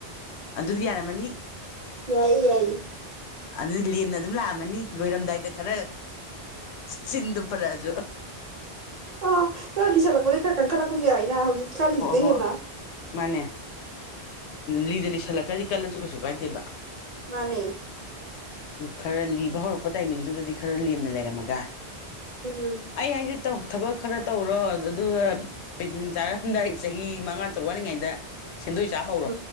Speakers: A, on the left; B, on the right.
A: ꯑꯗꯨꯗꯤ ꯌꯥꯔꯝꯃꯅꯤ
B: ꯌꯥꯏꯌꯦ ꯌꯥꯏꯌꯦ
A: ꯑꯗꯩ ꯂꯦꯝꯅ ꯑꯗꯨꯝ ꯂꯥꯛꯑꯝꯃꯅꯤ ꯂꯣꯏꯔꯝꯗꯥꯏꯗ ꯈꯔ ꯆꯤꯟꯗꯨ ꯐꯔꯥꯖꯨ
B: ꯑꯥ <unintelligible> ꯈꯔ ꯀꯟ ꯈꯠꯂꯛꯄꯖꯨ ꯌꯥꯏꯅ ꯍꯧꯖꯤꯛ ꯀꯜꯂꯤꯖꯤꯗꯩ
A: ꯍꯣꯏ
B: ꯍꯦꯟꯅ
A: ꯃꯥꯅꯦ ꯂꯤꯗ ꯂꯤꯁꯜꯂꯛꯈ꯭ꯔꯥꯗꯤ ꯀꯜꯂꯖꯨ ꯀꯩꯁꯨ ꯀꯥꯏꯗꯦꯕ
B: ꯃꯥꯅꯦ
A: ꯈꯔ ꯂꯤꯕ ꯍꯧꯔꯛꯄ ꯇꯥꯏꯃꯤꯡꯗꯨꯗꯗꯤ ꯈꯔ ꯂꯦꯝꯅ ꯂꯩꯔꯝꯃꯒ
B: ꯎꯝ
A: ꯑꯩ ꯍꯥꯏꯖꯦ ꯇꯧ ꯊꯕꯛ ꯈꯔ ꯇꯧꯔꯣ ꯑꯗꯨꯒ ꯄꯦꯟꯁꯤꯟ ꯆꯥꯔꯝꯗꯥꯏ ꯆꯍꯤ ꯃꯉꯥ ꯇꯔꯨꯛ ꯋꯥꯠꯂꯤꯉꯩꯗ ꯁꯦꯟꯗꯣꯏ ꯆꯥ ꯍꯧꯔꯣ
B: ꯎꯝ